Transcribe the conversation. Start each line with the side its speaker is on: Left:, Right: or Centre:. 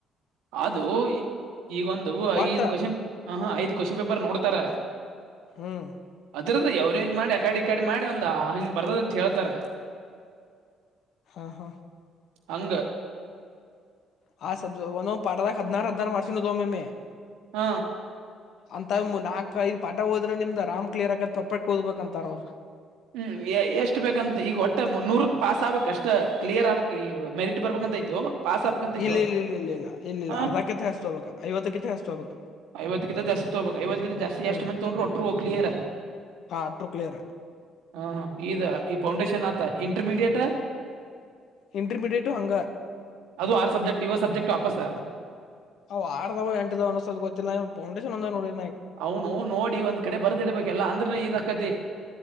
Right: ಅದು ಈ ಒಂದು
Left: ಒಟ್ಟ
Right: ಐದು ಕ್ವೆಶನ್ ಹಾಂ ಹಾಂ ಐದ್ ಕ್ವಶನ್ ಪೇಪರ್ ನೋಡ್ತಾರೆ
Left: ಹ್ಮ್
Right: ಅದುರ್ದೆ ಯಾವ್ರೇಜ್ ಮಾಡಿ ಅಕಡ್ ಈಕಡ್ ಮಾಡಿ ಒಂದ ಹಿಂಗ್ ಬರ್ತದ್ ಅಂತ್ ಹೇಳ್ತಾರ.
Left: ಹಾಂ ಹಾಂ
Right: ಅಂಗ
Left: ಹಾ ಸಬ್ಜೋ ಒನೊ ಪಾಟ್ದಾಗ್ ಹದ್ನಾರ್ ಹದ್ನಾರ್ <unintelligible>
Right: ಆ
Left: ಅಂತವ್ ಮು ನಾಕೈದ್ ಪಾಠ ಹೋದ್ರೆ ನಿಮ್ದ ಆರಾಂ ಕ್ಲಿಯರ್ ಆಗತ್ ಪರ್ಪೆಕ್ಟ್ ಓದ್ಬೇಕಂತಾರ ಅವರು.
Right: ಹ್ಮ್ ಎ ಎಷ್ಟ್ ಬೇಕಂತೆ ಈಗ ಒಟ್ಟೆ ಮುನ್ನೂರುಕ್ ಪಾಸ್ ಆಗ್ಬೇಕಷ್ಟೆ ಕ್ಲಿಯರ್ ಆಬೇಕ್ ಈ ಮೆರಿಟ್ ಬರ್ಬೇಕಂತ ಇದ್ಯೋ ಪಾಸ್ ಆಬೇಕಂತೈತೋ
Left: ಇಲ್ಲ ಇಲ್ಲ ಇಲ್ಲ ಇಲ್ಲ ಇಲ್ಲ ಇಲ್ಲ ಇಲ್ಲ
Right: ಹ
Left: ಅರ್ಧಕ್ಕಿಂತ ಹೆಚ್ಚ್ ತಗೋಬೇಕ ಐವತ್ತಕ್ಕಿಂತ ಹೆಚ್ಚ್ ತಗೋಬೇಕ
Right: ಐವತ್ಕಿಂತ ಜಾಸ್ತಿ ತಗೋಬೇಕ್ ಐವತಕ್ಕಿಂತ ಜಾಸ್ತಿ
Left: ಹ್ಮ್
Right: ಎಷ್ಟು ಮಂದಿ ತಗೊಂಡ್ರು ಒಟ್ಟರು ಕ್ಲಿಯರ
Left: ಒಟ್ರು ಕ್ಲಿಯರ.
Right: ಹಾ ಹಾ ಇದ ಈ ಫೌಂಡೇಶನ್ ಆತಾ ಇಂಟರ್ಮೀಡಿಯೇಟ?
Left: ಇಂಟರ್ಮೀಡಿಯೇಟು ಹಂಗ.
Right: ಅದು ಆರು ಸಬ್ಜೆಕ್ಟ್ ಯೋಳ್ ಸಬ್ಜೆಕ್ಟ ವಾಪಸ್ಸ
Left: ಅವ್ ಆರ್ದಾವೋ ಎಂಟ್ ಅದಾವೊ ಅನ್ನಸ್ಟೊತಲ್ ಗೊತ್ತಿಲ್ಲ ಇವ್ ಪೌಂಡೇಶನ್ ಒಂದ ನೋಡಿ
Right: ಅವನು ನೋಡಿ ಒಂದ್ ಕಡೆ ಬರ್ದಿಡ್ಬೇಕೆಲ್ಲ ಅಂದ್ರ ಇದ್ ಅಕತಿ